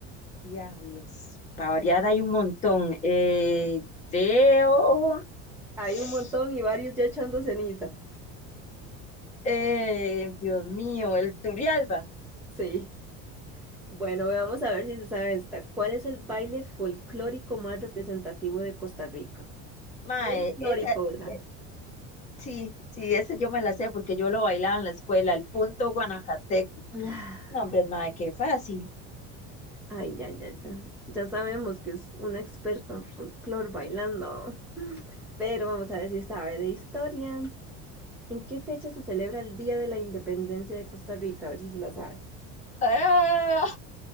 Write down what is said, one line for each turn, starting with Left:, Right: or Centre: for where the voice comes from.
Left: Diablos, para variar hay un montón. Eh, creo,
Centre: Hay
Left: sí,
Centre: un montón y varios ya echando ceniza.
Left: eh, Dios mío, el Turrialba.
Centre: Sí. Bueno, vamos a ver si se sabe esta. ¿Cuál es el baile folclórico más representativo de Costa Rica?
Left: Mae,
Centre: Folclórico,
Left: esa,
Centre: ¿verdad?
Left: eh, sí, sí, esa yo me la sé porque yo lo bailaba en la escuela, el punto Guanajaseco.
Centre: Ah,
Left: No, hombre, mae, qué fácil.
Centre: Ay, ya, ya, ya. Ya sabemos que es una experta en folclore bailando. Pero vamos a decir, sabe de historia. ¿En qué fecha se celebra el Día de la Independencia de Costa Rica? A ver si se la sabe.
Left: Ah,